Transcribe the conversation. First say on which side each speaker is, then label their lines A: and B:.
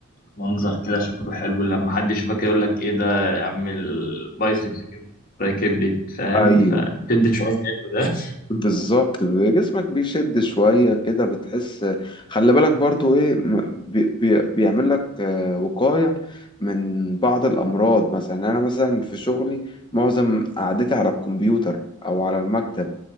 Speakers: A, on the left; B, on the left.
A: المنظر كده شكله حلو لما حد يشوفك يقول لك ايه ده اعمل بايسبس كبريت تراي كبريت فاهم
B: ايوه
A: فبتدي شعور حلو ده <laughs>
B: بالظبط جسمك بيشد شوية كده بتحس خلي بالك برضو ايه م- بي بي بيعمل لك آه، وقاية من بعض الأمراض مثلا أنا مثلا في شغلي معظم قعدتي على الكمبيوتر أو على المكتب